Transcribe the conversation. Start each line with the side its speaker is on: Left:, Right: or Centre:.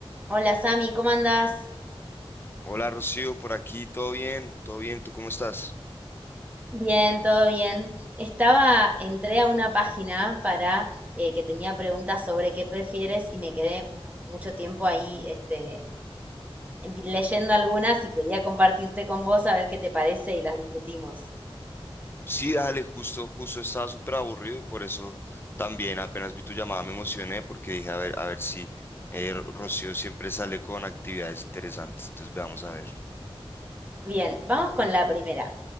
Right: Hola Sami, ¿cómo andás?
Left: Hola Rocío, por aquí, todo bien, todo bien, ¿tú cómo estás?
Right: Bien, todo bien. Estaba, entré a una página para eh, que tenía preguntas sobre qué prefieres y me quedé mu- mucho tiempo ahí, este, leyendo algunas y quería compartirte con vos a ver qué te parece y las discutimos.
Left: Sí, dale, justo, justo estaba súper aburrido y por eso también apenas vi tu llamada me emocioné porque dije, a ver, a ver si eh, Ro- Rocío siempre sale con actividades interesantes, entonces veamos a ver.
Right: Bien, vamos con la primera.